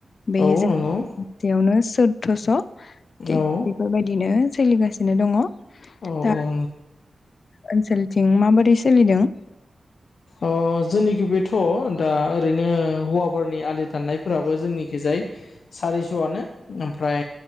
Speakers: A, on the left; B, on the left.
A: बे
B: औ
A: जोंयावनो
B: नंगौ
A: <unintelligible> <unintelligible> 'स' थिग
B: औ
A: बेफोरबायदिनो सोलिगासिनो दङ
B: औ
A: दा
B: औ
A: ओनसोलथिं माबोरै सोलिदों?
B: अ जोंनिखि बेथ' दा ओरैनो हौवाफोरारनि आलि दाननायफोराबो जोंनि खिजाय सारिस'आनो ओमफ्राय